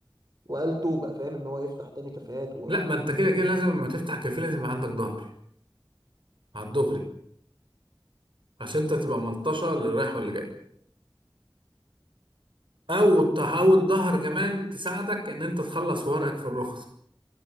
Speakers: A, on the right; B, on the right.
A: وقال توبة فاهم ان هو يفتح تاني كافيهات و...
B: لا ما انت كده
A: و...
B: كده لازم لما تفتح كافيه لازم يبقى عندك ظهر على الدغري عشان انت تبقى ملطشه للي رايح واللي جاي او تحاول الظهر كمان تساعدك ان انت تخلص ورقك في الرخصه